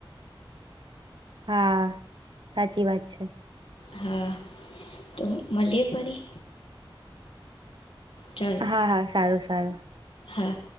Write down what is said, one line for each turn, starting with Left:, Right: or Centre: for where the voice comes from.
Right: હા સાચી વાત છે.
Left: હા તો મળલએ ફરી. ચાલો
Right: હા હા સારું સારું.
Left: હા.